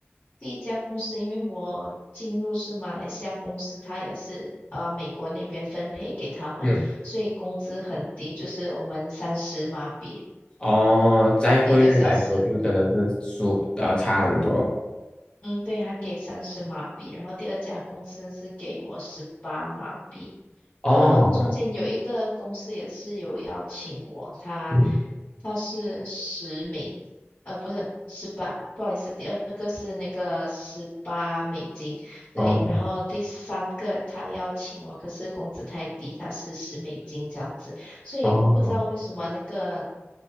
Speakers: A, on the left; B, on the left.
A: 第一家公司，因为我进入是马来西亚公司，它也是呃美国那边分配给他们，
B: 嗯，
A: 所以工资很低，就是我们三十马币
B: 哦，在汇率来说，
A: 一个小时。
B: 就真的是输呃差很多。
A: 嗯，对，他给三十马币，然后第二家公司是给我十八马币。
B: 哦，
A: 然后哦，中间有一个公司也是有邀请我，他
B: 嗯，
A: 他是十美，呃，不是十八，不好意思，第二个是那个十八美金，对，
B: 哦
A: 然后第三个他邀请我，可是工资太低，他是十美金这样子，所以我不知道为什么那个
B: 哦，